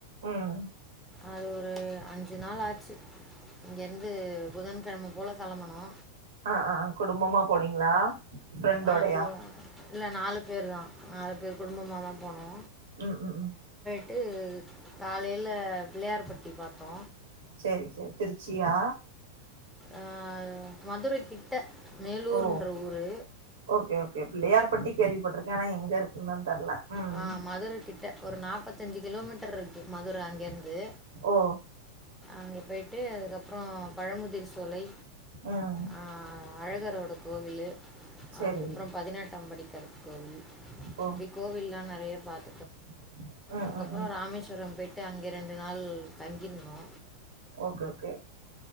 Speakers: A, on the right; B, in the centre.
A: ம்
B: அது ஒரு அஞ்சு நாள் ஆச்சு இங்கிருந்து புதன்கிழமை போல கெளம்பினோ
A: அ ஆ குடும்பமா போனீங்ளா ஃப்ரெண்டோடயா
B: ஆ கு இல்லை நாலு பேர் தான் நாலு பேர் குடும்பமாதா போனோ
A: ம் ம் ம்
B: ட்டு காலைல பிள்ளையார் பட்டி பாத்தோ
A: செரி செரி திருச்சியா
B: ஆ மதுரை கிட்ட மேலூர்ன்ற
A: ஓ
B: ஊர்
A: ஓகே ஓகே பிள்ளையார் பட்டி கேள்விப்பட்டிருக்கேன் ஆனா எங்க இருக்குன்னுதா தெர்ல ம்
B: ஆ மதுரை கிட்ட ஒரு நாப்பத்தஞ்சு கிலோமீட்டர் இருக்கு மதுரை அங்கிருந்து
A: ஓ
B: அங்க போயிட்டு அதுக்கப்றோ பழமுதிர் சோலை
A: ம்
B: ஆ அழகரோட கோவிலு
A: செரி
B: அதுக்கப்புறம் பதினெட்டாம்படி கருப் கோவில்
A: ஓ
B: இப்டி கோவில்லா நறைய பாத்
A: <inaudible>
B: அக்கப்றோ
A: ம் ம்
B: ராமேஷ்வரம் போயிட்டு அங்க ரெண்டு நாள் தங்கிருந்தோ
A: ஓகே ஓகே